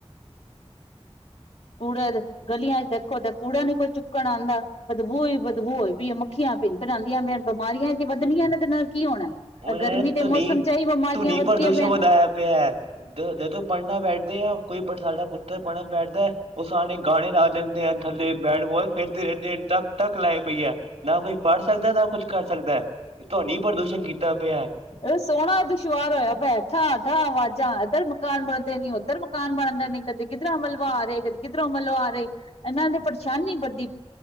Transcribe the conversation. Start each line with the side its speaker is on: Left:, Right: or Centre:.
Left: ਕੂੜਾ ਗਲੀਆਂ ਚ ਦੇਖੋ ਤਾਂ ਕੂੜਾ ਨੀ ਕੋਈ ਚੁੱਕਣ ਆਉਂਦਾ ਬਦਬੂ ਹੀ ਬਦਬੂਈ ਵੀ ਮੱਖੀਆਂ ਪ ਬਣਾਉਂਦੀਆਂ ਵੀ ਬਿਮਾਰੀਆਂ ਚ ਵੱਧਣੀਆਂ ਨੇ ਤੇ ਨਾਲ ਕੀ ਹੋਣਾ।
Right: ਉਹਨਾਂ
Left: ਗਰਮੀ
Right: ਨੇ
Left: ਦੇ
Right: ਤੂੰ ਨੀ
Left: ਮੌਸਮ ਚ ਹੀ ਬਿਮਾਰੀਆਂ
Right: ਤੂੰ ਨੀ
Left: ਵੱਧਦੀਆਂ
Right: ਪ੍ਰਦੂਸ਼ਣ
Left: ਪਈਆਂ
Right: ਵਧਾਇਆ ਪਿਆ ਹੈ ਜਦ ਤੂੰ ਪੜ੍ਹਨਾ ਬੈਠਦੇ ਆ ਕੋਈ ਸਾਡਾ ਪੁੱਤਰ ਪੜ੍ਹਨ ਬੈਠਦਾ ਉਹ ਸਣੇ ਗਾਣੇ ਲਾ ਲੈਂਦੇ ਆ ਥੱਲੇ ਬੈਟ ਬਾਲ ਖੇਡਦੇ ਰਹਿੰਦੇ ਕ ਢਕ ਲਾਈ ਹੋਈ ਹੈ ਨਾ ਕੋਈ ਪੜ੍ਹ ਸਕਦਾ ਨਾ ਕੁਛ ਕਰ ਸਕਦਾ ਹੈ ਤੁਹਾਨ ਪ੍ਰਦੂਸ਼ਣ ਕੀਤਾ ਤਾ ਪਿਆ
Left: ਇਹ ਸੋਹਣਾ ਦੁਸ਼ਵਾਰ ਹੋਇਆ ਭਠਾਂਠਾਂ ਆਵਾਜਾਂ ਉੱਧਰ ਮਕਾਨ ਬਣਦੇ ਨੇ ਉੱਧਰ ਮਕਾਨ ਬਣਦੇ ਨੇ ਕਦੇ ਕਿੱਧਰ ਅਮਲਵਾ ਰਹੇ ਕਦੇ ਕਿੱਰ ਅਮਲਵਾ ਰਹੇ ਇਹਨਾਂ ਨੇ ਪਰੇਸ਼ਾਨੀ ਵੱਡੀ